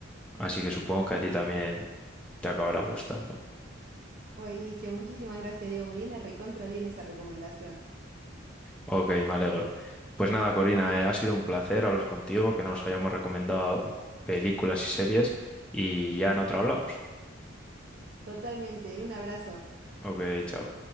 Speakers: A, in the centre; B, on the right (about 50°).
A: así que supongo que a ti también te acabará gustando.
B: <laughs> Buenísimo, muchísimas gracias, Diego. Me viene recontra bien esa recomendación.
A: Ok, me alegro. Pues nada, Corina, eh, ha sido un placer hablar contigo, que nos hayamos recomendado películas y series y ya en otra hablamos.
B: Totalmente. Un abrazo.
A: Ok, chao.